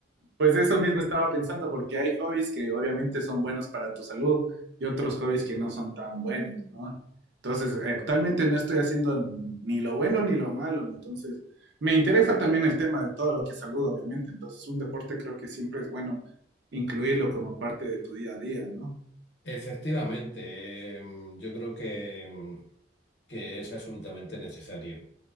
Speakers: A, on the right; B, on the left.
A: Pues eso mismo estaba pensando, porque hay hobbies que obviamente son buenos para tu salud y otros hobbies que no son tan buenos, ¿no? Entonces, actualmente no estoy haciendo ni lo bueno ni lo malo, entonces me interesa también el tema de todo lo que es salud, obviamente, entonces un deporte creo que siempre es bueno incluirlo como parte de tu día a día, ¿no?
B: Efectivamente, em, yo creo que, em, que es absolutamente necesario.